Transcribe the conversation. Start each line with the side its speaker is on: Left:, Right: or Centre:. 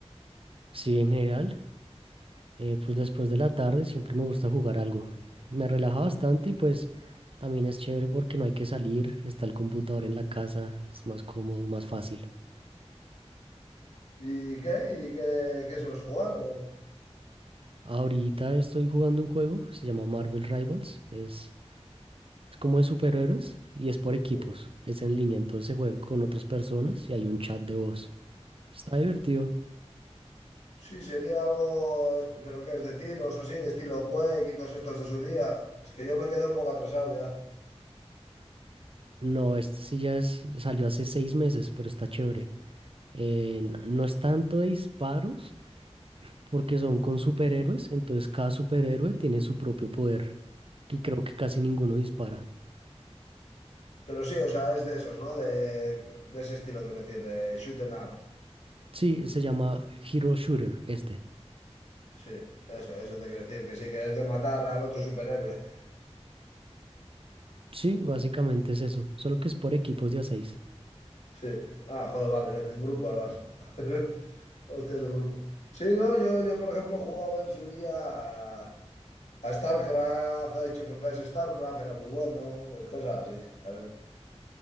Right: Sí, en general, eh, pues después de la tarde siempre me gusta jugar algo. Me relaja bastante y pues también es chévere porque no hay que salir, está el computador en la casa, es más cómodo, más fácil.
Left: ¿Y qué? ¿Y qué, qué sueles jugar? o?
Right: Ahorita estoy jugando un juego, se llama Marvel Rivals, es, es como de superhéroes y es por equipos,
Left: Sí,
Right: es en línea, entonces se juega con otras personas y hay un chat de voz. Está divertido.
Left: Sí, sería algo, este, pero ¿qué es de tiros o así? Estilo Quake y todos estos de su día. Es que yo me quedé un poco atrasado ya.
Right: No, este sí ya es, salió hace seis meses, pero está chévere. eh, no no es tanto de disparos, porque son con superhéroes, entonces cada superhéroe tiene su propio poder, y creo que casi ninguno dispara.
Left: Pero sí, o sea, es de esos, ¿no? De, de ese estilo, quiero decir, de shoot 'em up.
Right: Sí, se llama Hero Shooter este.
Left: Sí, eso, eso te quiero decir, que sí, que es de matar al otro superhéroe. <laughs>
Right: Sí, básicamente es eso, solo que es por equipos de a 6.
Left: Sí. Ah, joder, vale, bien, en grupo además. <laughs> Hostias, en grupo. Sí, no, yo, yo por ejemplo jugaba en su día a, a StarCraft, a Age of Empires, StarCraft era muy bueno, pues cosas así, también.